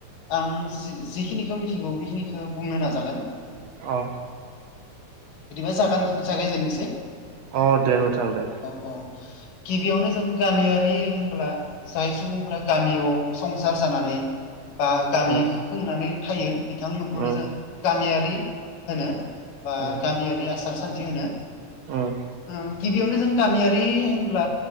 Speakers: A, on the left; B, on the right.
A: आं जिखिनिखौ मिथिगौ बेखिनिखौ बुंनो नाजागोन।
B: अ
A: बिदिबा जागा जागायजेननोसै
B: अ दे नोंथां दे
A: औ औ गिबियावनो जों गामियारि होनब्ला जाय सुबुंफ्रा गामियाव संसार जानानै बा गामि
B: उम
A: होननानै थायो बिथांमोनखौनो
B: उम
A: जों गामियारि होनो बा
B: उम
A: गामियारि आसार सान्थि होनो
B: उम
A: उम गिबि यावनो जों गामियारि होनब्ला